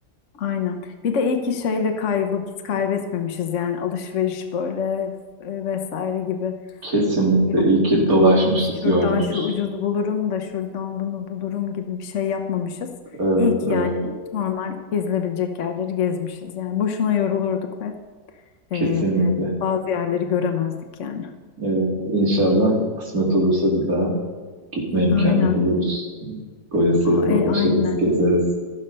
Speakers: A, on the left; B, on the right.
A: aynen. Bir de iyi ki şeyle kay vakit kaybetmemişiz yani alışveriş böyle e, vesaire gibi.
B: Kesinlikle.
A: Yok
B: İyi ki dolaşmışız,
A: şuradan
B: görmüşüz.
A: şu ucuz bulurum da şuradan bunu bulurum gibi bir şey yapmamışız.
B: Evet,
A: İyi ki
B: evet.
A: yani normal gezilebilecek yerleri gezmişiz yani. Boşuna yorulurduk ve
B: Kesinlikle.
A: e, bazı yerleri göremezdik yani.
B: Evet. İnşallah kısmet olursa bir daha gitme imkanı
A: Aynen.
B: buluruz. Doyasıya
A: E,
B: dolaşırız,
A: aynen.
B: gezeriz.